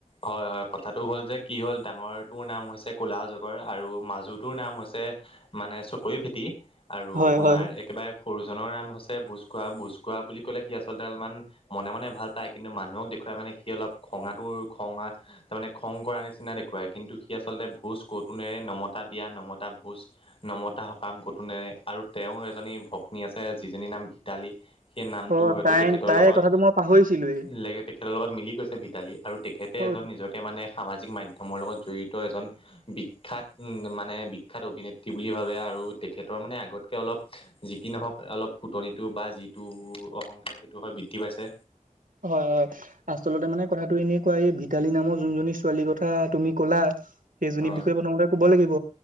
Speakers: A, on the left (about 45°); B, on the right (about 85°).
A: হয় হয় কথাটো হ'ল যে কি হ'ল ডাঙৰটোৰ নাম হৈছে ক'লা জগৰ আৰু মাজুটোৰ নাম হৈছে মানে চকৈ ফেটি। আৰু
B: হয়
A: আপোনাৰ
B: হয়।
A: একেবাৰে সৰু। জনৰ নাম হৈছে ভোজ খোৱা ভুজ খোৱা বুলি ক'লে সি আচলতে অলপমান মনে মনে ভাল পায় কিন্তু মানুহক দেখুৱাই মানে সি অলপ। খঙা টো খঙা তাৰ মানে খং কৰা নিচিনা দে কিন্তু সি আচলতে ভোজ কতো নেৰে নমতা বিয়া নমতা ভোজ নমতা সকাম কতো নেৰে। আৰু তেওঁ এজনী ভগ্নী আছে যিজনীৰ নাম ভিতালী সেই নামটো
B: অ
A: হয়তো
B: তাই
A: তেখেতৰ
B: তাই
A: লগত
B: কথাটো মই পাহৰিছিলোৱেই।
A: উল্লেখ তেখেতৰ লগত মিলি গৈছে ভিতালী আৰু তেখেতে
B: অ
A: এজন নিজকে মানে সামাজিক মাধ্যমৰ লগত জড়িত এজন বিখ্যাত উম মানে বিখ্যাত অভিনেত্ৰী বুলি ভাবে আৰু আৰু তেখেতৰ মানে আগতকে অলপ যি কি নহওঁক অলপ ফুটনিটো বা যিটো অহংকাৰেই হয় বৃদ্ধি পাইছে।
B: হয় হয় আচলতে মানে কথাটো এনেকোৱা এই ভিতালী নামৰ যোনজনী ছোৱালীৰ কথা তুমি ক'লা সেইজনী
A: অ
B: বিষয়ে প্ৰথমতে ক'ব লাগিব।